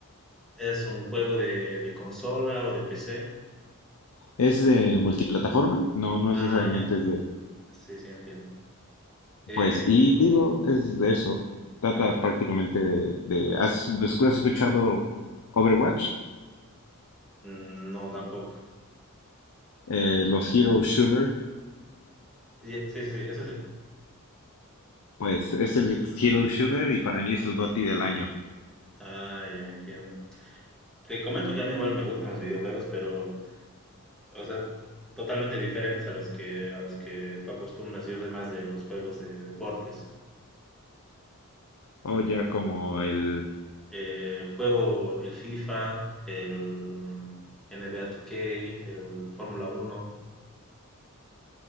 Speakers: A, in the centre; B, on the left.
A: ¿Es un juego de, de consola o de PC?
B: Es de multiplataforma, no, no necesariamente
A: Ah, ya.
B: es de...
A: Sí, sí, entiendo. Eh,
B: Pues, y te digo, es de eso. Trata
A: ah,
B: prácticamente de... de ¿has, has escuchado Overwatch?
A: Mm, No, tampoco.
B: Eh, los Hero Shooter.
A: Sí, sí, sí, eso sí.
B: Pues es el Hero Shooter y para mí es el GOTY del año.
A: Ah, ya entiendo. Te comento que a mí igual me gustan los videojuegos, pero, o sea, totalmente diferentes a los que, a los que tú acostumbras. Yo soy más de los juegos de deportes.
B: O ya como el...
A: Eh, juego el FIFA, el NBA 2K, el Fórmula Uno